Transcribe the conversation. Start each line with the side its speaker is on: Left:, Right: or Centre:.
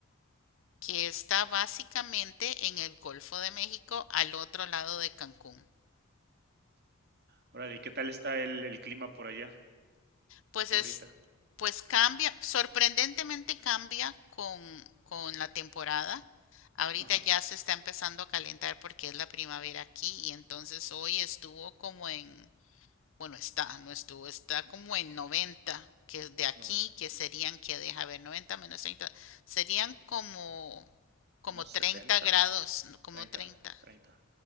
Left: que está básicamente en el Golfo de México, al otro lado de Cancún.
Right: Órale, ¿y qué tal está el, el clima por allá
Left: Pues es,
Right: ahorita?
Left: pues cambia, sorprendentemente cambia con, con la temporada. Ahorita
Right: Ajá,
Left: ya se está empezando a calentar porque es la primavera aquí y entonces hoy estuvo como en Bueno, está, no estuvo, está como en 90 que de aquí,
Right: 90,
Left: que serían, que deja ver, 90 menos 30, serían como, como
Right: no,
Left: 30
Right: 70,
Left: grados, no, como
Right: 30,
Left: treinta
Right: 30